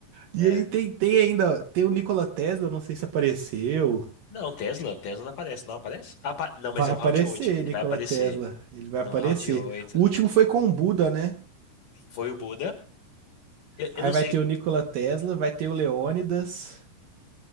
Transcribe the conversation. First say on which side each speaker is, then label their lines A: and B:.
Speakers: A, on the right (about 65°); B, on the left (about 60°).
A: E
B: É,
A: aí tem, tem ainda, tem o Nikola Tesla, não sei se apareceu.
B: Não, Tesla, Tesla não aparece, não aparece? Apa- não,
A: Vai
B: mas é
A: aparecer,
B: o round 8, ele
A: Nikola
B: vai aparecer
A: Tesla. Ele vai
B: no
A: aparecer.
B: round 8.
A: O último foi com o Buda, né?
B: Foi o Buda. Eu,
A: Aí
B: eu não
A: vai
B: sei
A: ter o Nikola Tesla, vai ter o Leônidas.